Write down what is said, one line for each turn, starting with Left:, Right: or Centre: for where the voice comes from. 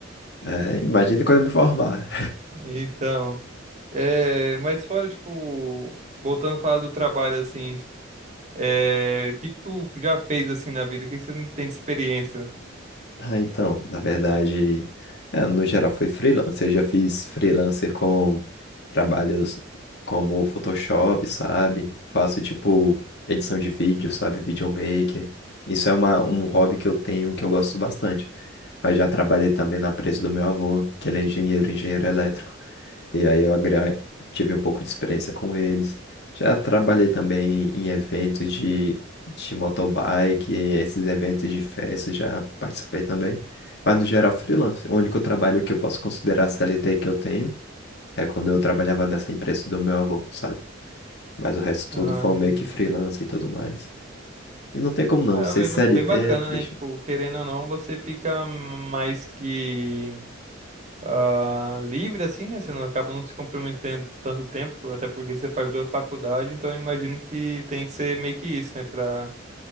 Left: É, imagina quando eu me formar.
Right: Então. É, mas fora, tipo, voltando a falar do trabalho, assim, é, o que que tu já fez, assim, na vida? O que que você não tem de experiência?
Left: Ah, então, na verdade, é, no geral foi freelancer. Eu já fiz freelancer com trabalhos como Photoshop, sabe? Faço tipo edição de vídeo, sabe? Videomaker. Isso é uma, um hobby que eu tenho, que eu gosto bastante. Mas já trabalhei também na empresa do meu avô, que ele é engenheiro, engenheiro elétrico. E aí eu agra- tive um pouco de experiência com eles. Já trabalhei também em eventos de de motobike, esses eventos de festa, já participei também. Mas no geral, freelance. O único trabalho que eu posso considerar CLT que eu tenho é quando eu trabalhava nessa empresa do meu avô, sabe? Mas o resto tudo
Right: Ah,
Left: foi
Right: entendi.
Left: meio que freelance e tudo mais. E não tem como não,
Right: Caramba,
Left: ser
Right: bem,
Left: CLT
Right: ba- bem bacana,
Left: é triste.
Right: né? Tipo, querendo ou não, você fica mais que ah, livre, assim, né? Você não acaba não se comprometendo tanto tempo, até porque você faz duas faculdades, então eu imagino que tem que ser meio que isso, né? Pra